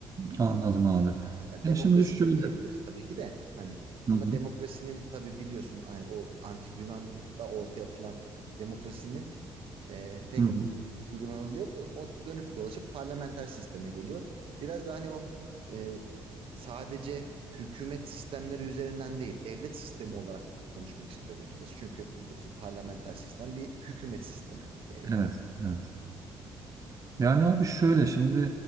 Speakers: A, on the right; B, on the right.
A: Anladım abi.
B: Ya
A: Ya
B: demokrasi
A: şimdi şöyle.
B: de diyebiliriz tabii ki de hani ama
A: Hı hı.
B: demokrasinin tabii biliyorsun hani o antik Yunan'da ortaya atılan demokrasinin e, pek
A: Hı hı.
B: uygu- uygulanılıyor. yok. O, o dönüp dolaşıp parlamenter sisteme geliyor. Biraz daha hani o e, sadece hükümet sistemleri üzerinden değil, devlet sistemi olarak konuşmak istiyorum açıkçası. Çünkü biliyorsun parlamenter sistem bir hükümet sistemi. E,
A: Evet. Evet. Yani abi şöyle şimdi